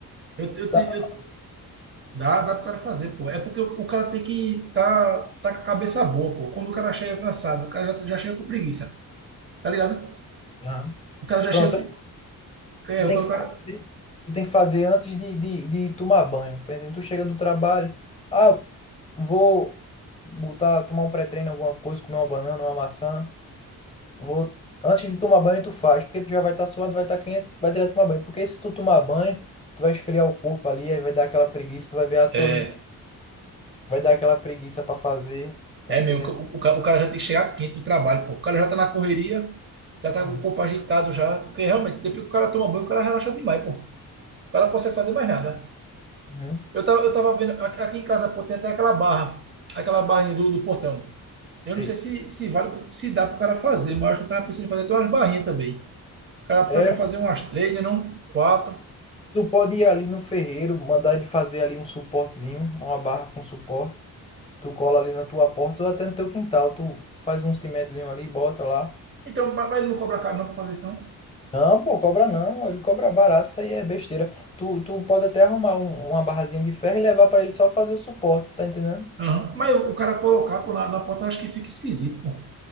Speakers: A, on the right; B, on the left.
A: Eu, eu,
B: dá
A: te-
B: pra...
A: eu, dá, dá pro cara fazer, pô. É porque o, o cara tem que tá, tá com a cabeça boa, pô. Quando o cara chega cansado, o cara já, já chega com preguiça, tá ligado?
B: Aham.
A: O cara já
B: Pronto,
A: chega com.
B: aí
A: É,
B: tu tem
A: o cara,
B: que
A: o
B: fazer,
A: cara-
B: tu tem que fazer antes de, de, de tomar banho, tá entendendo? Tu chega do trabalho, ah, vou botar, tomar um pré-treino, alguma coisa, comer uma banana, uma maçã, vou... Antes de tomar banho, tu faz, porque tu já vai estar suado, vai estar quente, vai direto tomar banho. Porque se tu tomar banho, tu vai esfriar o corpo ali, aí vai dar aquela preguiça, tu vai ver, ah, tô
A: é,
B: limpinho, vai dar aquela preguiça pra fazer, tá
A: é
B: entendendo?
A: mesmo. O, o, cara- o cara já tem que chegar quente do trabalho, pô. O cara já tá na correria, já tá
B: Uhum.
A: com o corpo agitado já. Porque realmente, depois que o cara toma banho, o cara relaxa demais, pô. O cara não consegue fazer mais nada.
B: Uhum.
A: Eu tava, eu tava vendo, aqui aqui em casa, pô, tem até aquela barra, aquela barrinha do, do portão. Eu
B: Sei.
A: não sei se, se vale, pro- se dá pro cara fazer, mas eu acho que eu tava pensando em fazer até umas barrinhas também. O cara
B: É,
A: pelo menos fazer umas três, né, não quatro.
B: Tu pode ir ali no ferreiro, mandar ele fazer ali um suportezinho, uma barra com suporte. Tu cola ali na tua porta ou até no teu quintal. Tu faz um cimentozinho ali e bota lá.
A: Então, mas mas ele não cobra caro não pra fazer isso, não.
B: Não, pô, cobra não. Ele cobra barato, isso aí é besteira. Tu, tu pode até arrumar um- uma barrazinha de ferro e levar pra ele só fazer o suporte, tá entendendo?
A: Aham. Mas o, o cara colocar, pô, na, na porta, eu acho que fica esquisito, pô.